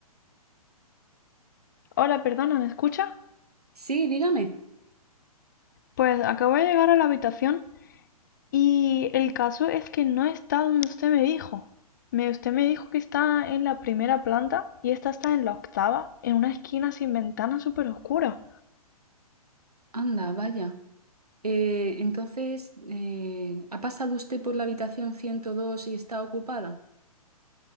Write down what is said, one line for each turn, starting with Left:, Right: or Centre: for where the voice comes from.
Left: Hola, perdona, ¿me escucha?
Right: Sí, dígame.
Left: Pues acabo de llegar a la habitación Y el caso es que no está donde usted me dijo. Me, usted me dijo que está en la primera planta y esta está en la octava, en una esquina sin ventana súper oscura.
Right: Anda, vaya. Eh, entonces, eh, ¿ha pasado usted por la habitación 102 y está ocupada?